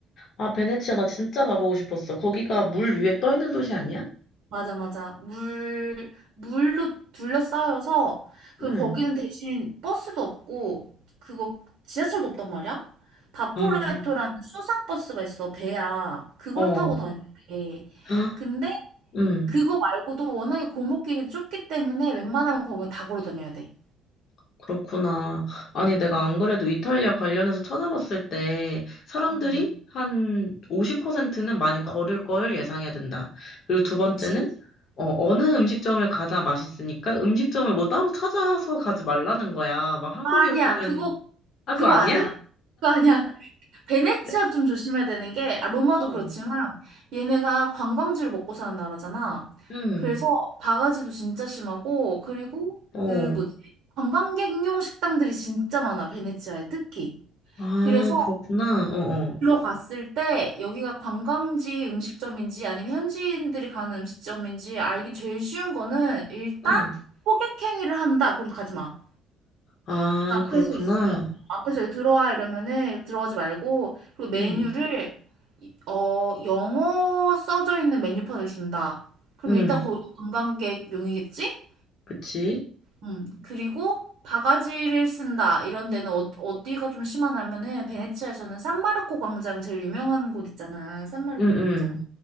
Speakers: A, on the left (about 55°); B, on the right (about 70°).
A: 아, 베네치아 나 진짜 가보고 싶었어. 거기가 물 위에 떠 있는 도시 아니야?
B: 맞아, 맞아. 물, 물로 둘러싸여서, 그리고
A: 응.
B: 거기는 대신 버스도 없고, 그거 지하철도 없단 말이야? 바포레토라는
A: 아, 맞아.
B: 수상버스가 있어, 배야. 그걸
A: 어.
B: 타고 다니는데.
A: 헉,
B: 근데
A: 응.
B: 그거 말고도 워낙에 골목길이 좁기 때문에 웬만하면 거기 다 걸어 다녀야 돼.
A: 그렇구나. 아니, 내가
B: 음.
A: 안 그래도 이탈리아 관련해서 찾아봤을 때 사람들이
B: 음,
A: 한 50%는 많이 걸을 걸 예상해야 된다. 그리고 두 번째는
B: 그치.
A: 어, 어느 음식점을 가나 맛있으니까 음식점을 뭐 따로 찾아서 가지 말라는 거야. 막 한국이었으면은
B: 아니야, 그거,
A: 아,
B: 그거
A: 그거 아니야?
B: 아니야. 그거 아니야. 베네치아
A: 그래?
B: 좀 조심해야 되는 게, 아, 로마도
A: 어.
B: 그렇지만, 얘네가 관광지로 먹고 사는 나라잖아.
A: 음.
B: 그래서 바가지도 진짜 심하고, 그리고
A: 어.
B: 그 뭐지? 관광객용 식당들이 진짜 많아, 베네치아에 특히.
A: 아,
B: 그래서
A: 그렇구나. 어, 어.
B: 들어갔을 때 여기가 관광지 음식점인지 아니면 현지인들이 가는 음식점인지 알기 제일 쉬운 거는 일단
A: 응.
B: 호객행위를 한다. 그럼 가지 마.
A: 아,
B: 앞에서
A: 그렇구나.
B: 있으면 앞에서 들어와 이러면은 들어가지 말고 그리고 메뉴를
A: 응.
B: 이- 어 영어 써져 있는 메뉴판을 준다. 그럼
A: 응.
B: 일단 거기 관광객용이겠지?
A: 그치?
B: 음 그리고 바가지를 쓴다 이런 데는 어, 어디가 좀 심하냐면은 베네치아에서는 산마르코 광장 제일 유명한 곳 있잖아. 산마르코
A: 응, 응.
B: 광장.